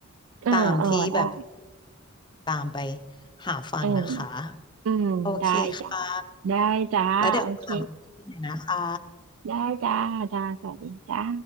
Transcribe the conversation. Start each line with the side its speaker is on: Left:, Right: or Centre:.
Right: เออเออได้
Left: ตามที่แบบตามไปหาฟังนะคะ
Right: เอออืมได้จ้ะ
Left: โอเคค่ะ
Right: ได้จ้าโอเค
Left: แล้วเดี๋ยวตามไปนะคะ
Right: ได้จ้าจ้าสวัสดีจ้า